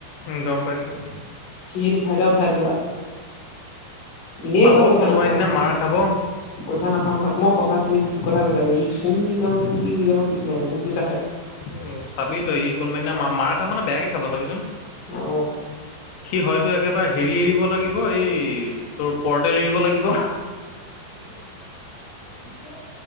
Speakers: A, on the left; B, on the left.
A: উম, গম পাইছো।
B: সি সেইটো ফাইদা উঠাই পুৰা এনেই
A: পাব
B: কয় পইচা
A: কোনোবাদিনা
B: নাপাওঁ
A: মাৰ খাব
B: পইচা নাখাও নাখাও মই সচাঁ তুমি ঠিক কথা কৈছা ই কোনদিনাখন কি হৈ যাব ঠিক নাই বহুত পইচা খায়।
A: উম চাবি তই ই কোনোবাদিনা মা মাৰ খাব মানে বেয়াকে খাব চাবিচোন
B: অ'
A: সি হয়তো একেবাৰে হেৰি এৰিব লাগিব অ' এই তোৰ পৰ্টেল এৰিব লাগিব।
B: ক